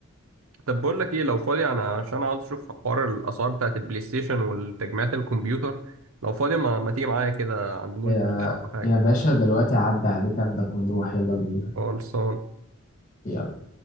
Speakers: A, on the right; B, on the left.
A: طب بقول لك ايه لو فاضي انا عشان عاوز اشوف حوار الاسعار بتاعت البلاي ستيشن والتجميعات الكمبيوتر لو فاضي ما, ما تيجي معايا كده عند مول
B: يا
A: البلاي ستيشن ولا حاجه
B: يا باشا دلوقتي عدى عليك اخدك ونروح يلا بينا
A: خلصان
B: يلا